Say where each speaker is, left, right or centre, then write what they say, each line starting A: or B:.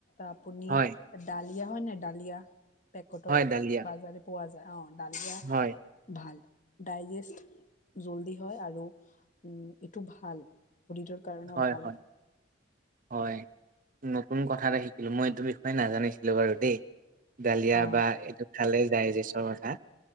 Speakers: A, on the left; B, on the right.
A: আপুনি
B: হয়
A: ডালিয়া হয় নে ডালিয়া পেকটৰ
B: হয় ডালিয়া
A: বাজাৰে পোৱা যায় অ ডালিয়া
B: হয়
A: ভাল, ডাইজেষ্ট জল্দি হয় আৰু উম এইটো ভাল শৰীৰৰ কাৰণেও
B: হয়
A: ভালে।
B: হয় হয় নতুন কথা এটা শিকিলো মই এইটো বিষয়ে নাজানিছিলো বাৰু দেই। ডালিয়া
A: অ
B: বা এইটো খালে ডায়জেষ্টৰ কথা